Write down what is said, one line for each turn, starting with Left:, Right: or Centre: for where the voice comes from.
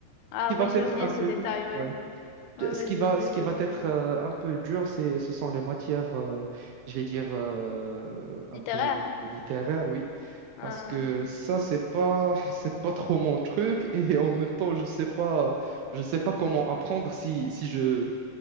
Left: Ah
Right: Ce qui va
Left: oui, j'ai
Right: être
Left: oublié
Right: un peu
Left: ce détail,
Right: dur,
Left: ouais.
Right: ouais.
Left: Ouais,
Right: Ce
Left: ouais,
Right: qui
Left: j'ai
Right: va,
Left: oublié
Right: ce
Left: ce
Right: qui va
Left: détail.
Right: être euh, un peu dur, c'est, ce sont les matières, euh, je vais dire, euh, un
Left: Littéraire?
Right: peu littéraires, oui.
Left: Ah,
Right: Parce que ça, c'est pas, <laughs> c'est pas trop mon truc. Et en même temps, je sais pas, je sais pas comment apprendre si, si je,